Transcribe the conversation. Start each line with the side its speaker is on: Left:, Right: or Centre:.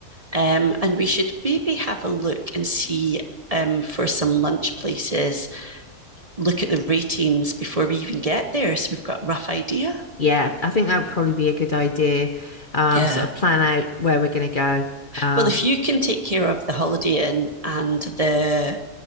Right: Um, and we should maybe have a look and see um, for some lunch places, look at the ratings before we even get there. So we've got a rough idea.
Left: Yeah. I think that would probably be a good idea. Um,
Right: Yeah.
Left: sort of plan out where we're going to go. Um,
Right: Well, if you can take care of the Holiday Inn and the